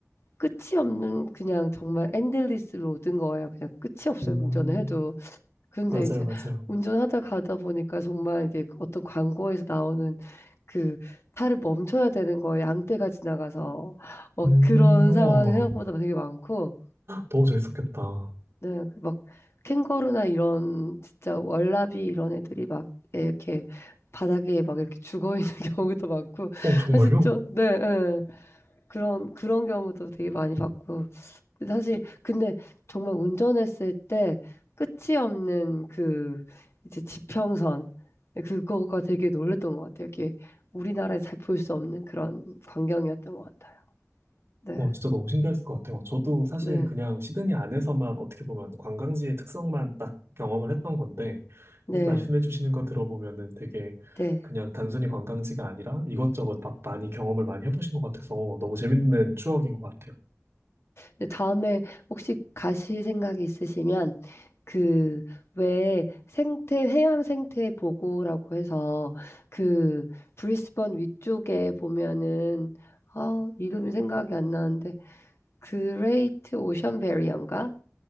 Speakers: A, on the left; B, on the right.
A: 끝이 없는 그냥 정말 엔들리스 로드인 거예요. 그냥 끝이 없어요.
B: 음,
A: 운전을 해도. 근데
B: 맞아요,
A: 이제
B: 맞아요.
A: 운전하다 가다 보니까 정말 이제 그 어떤 광고에서 나오는 그 차를 멈춰야 되는 거 양떼가 지나가서 막
B: 음,
A: 그런
B: 와,
A: 상황이 생각보다 되게 많고
B: 너무 재밌었겠다.
A: 네, 그막 캥거루나 이런 진짜 월라비 이런 애들이 막 이렇게 바닥에 막 이렇게 죽어 있는 <laughs> 경우도 많고
B: 어, 정말요?
A: 사실 좀 네, 네. 그런 그런 경우도 되게 많이 봤고 근데 사실 근데 정말 운전했을 때 끝이 없는 그 이제 지평선 그거가 되게 놀랬던 것 같아요. 이게 우리나라에 잘 볼 수 없는 그런 광경이었던 것 같아요. 네,
B: 와, 진짜 너무 신기했을 것 같아요. 저도 사실
A: 네,
B: 그냥 시드니 안에서만 어떻게 보면 관광지의 특성만 딱 경험을 했던 건데,
A: 네,
B: 말씀해 주시는 거 들어보면은 되게
A: 네.
B: 그냥 단순히 관광지가 아니라 이것저것 막 많이 경험을 많이 해보신 것 같아서 너무 재밌는 추억인 것 같아요.
A: 근데 다음에 혹시 가실 생각이 있으시면 그 왜 생태 해양 생태 보고라고 해서 그 브리스번 위쪽에 보면은 아 이름이 생각이 안 나는데 그레이트 오션 베리어인가?